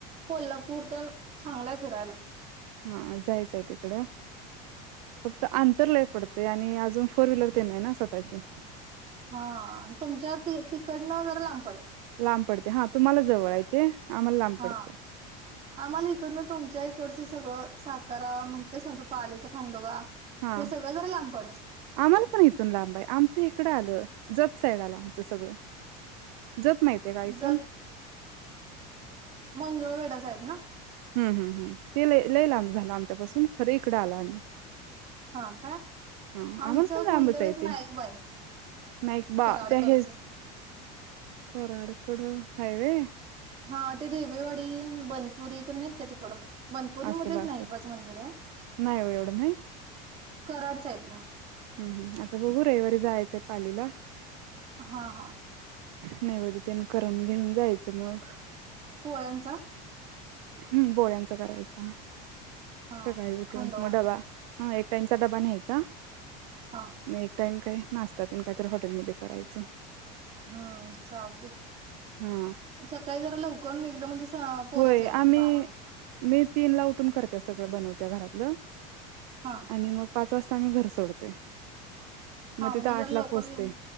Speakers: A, on the right; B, on the right.
A: कोल्हापूर तन चांगलाय फिरायला.
B: हा जायचाय तिकडं त अंतर लय पडतय आणि अजून फोर व्हीलर ते नाई ना स्वतःची
A: हा तुमच्या ती तिकडनं <unintelligible> लांब पडत
B: लाम पडते, हा तुम्हाला जवळ आय ते आम्हाला लांब
A: हा
B: पडते
A: आमाला इकडन तुम च्या इकडचं सगळं सातारा म्हण ते सांगतो, पालीचा खंडोबा
B: हा,
A: ते सगळं जरा लांब पडत
B: आम्हाला पण हिथून लांब आय, आमचं हिकडं आलं जत साईड आला. त सगळं जत माहिती आहेे का ऐकून
A: जत मंगळवेढा साहेड ना.
B: हम् हम हम ते ल लईला झाला आमच्यापासून खरं इकडं आला आम्ही
A: हा काय
B: हा
A: आमचं
B: आम्हाला पण
A: कुलदैवत
B: लांबचय ते
A: नाईकबाई
B: नाहीक बा
A: कराडकडचं
B: ते हेच कराडकड हायवे.
A: हा ते रडेवेवाडी आहे. बनपुरी तर नाहीत का तिकडं. वनपुरीमध्येध्येच
B: असेल असेल
A: नाईकबाच मंदिर आहे.
B: नाही हो एवढं माहित
A: कराड साइडला
B: हम् हम् आता बघू रविवारी जायचंय पालीला
A: हा हा.
B: नाही बदितन करून घेऊन जायचं मग
A: पोळ्यांचा.
B: हम् बोळ्यांचा करायचा.
A: हा
B: सकाळी उठून
A: खंडोवाला
B: मग डबा हा एक टाइमचा डबा न्यायचा
A: हा
B: म एक टाइम काय. नाश्तातन काहीत हॉटेलमध्ये करायचं.
A: हम्म चालतेठी
B: हा
A: सकाळी जराला उक नाही. म्हजे पोहोचतोय
B: होय
A: आपण
B: आम्ही
A: वाराार.
B: मी तीन ला उठून करते सगळं बनवत्या घरातलं.
A: हा
B: आणि मग पाच वाजता घर सोडते. मग
A: हा
B: तिथं
A: म्हणजे
B: आठला
A: जरा लवकर
B: पोहोचते
A: गेलं.